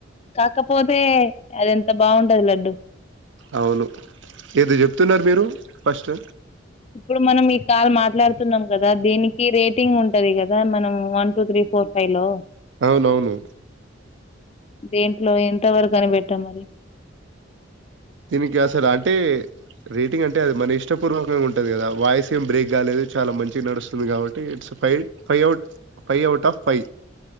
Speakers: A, on the left; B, on the right.
A: కాకపోతే, అది ఎంత బాగుంటది లడ్డు.
B: అవును ఏది చెప్తున్నారు మీరు ఫస్ట్
A: ఇప్పుడు మనం ఈ కాల్ మాట్లాడుతున్నాం కదా దీనికి రేటింగ్ ఉంటది కదా మనం వన్ టూ త్రీ పో పయి లో
B: అవునవును
A: దేంట్లో ఎంతవరకు అని పెట్టాం మరి
B: దీనికిసార అంటే రేటింగ్ అంటే అది మన ఇష్టపూర్వకంగా ఉంటది కదా వాయిస్ ఏం బ్రేక్ కాలేదు చాలా మంచిగా నడుస్తుంది కాబట్టి it's five five out five out of five